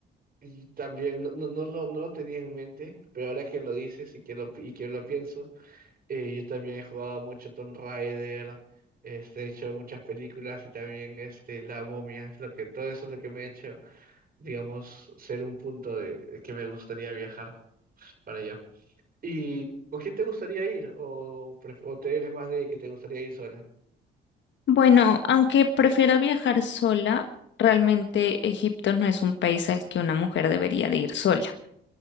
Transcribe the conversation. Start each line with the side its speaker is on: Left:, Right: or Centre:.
Right: Y también no, no, no lo, no lo tenía en mente, pero ahora que lo dices y que lo, pi- y que lo pienso, eh, yo también he jugado mucho Tomb Raider, este, he hecho muchas películas y también este, La Momia, es lo que, todo eso es lo que me ha hecho, digamos, ser un punto de, de que me gustaría viajar para allá. ¿Y con quién te gustaría ir? ¿O, pref- o te eres más de que te gustaría ir sola?
Left: Bueno, aunque prefiero viajar sola, realmente Egipto no es un país al que una mujer debería de ir sola.